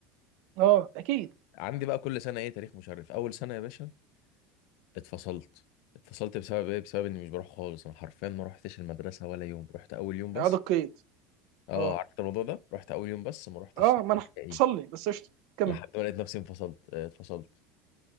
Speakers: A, on the right; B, on the left.
A: اه اكيد
B: عندي بقى كل سنه ايه تاريخ مشرف اول سنه يا باشا اتفصلت اتفصلت بسبب ايه بسبب اني مش بروح خالص انا حرفيا ما روحتش المدرسه ولا يوم رحت اول يوم بس
A: اعاده قيد
B: اه
A: اه
B: عرفت الموضوع ده رحت اول يوم بس ما رحتش
A: اه ما انا
B: نهائي
A: حصل لي بس قشطه كمل
B: لحد ما لقيت نفسي انفصلت آه، اتفصلت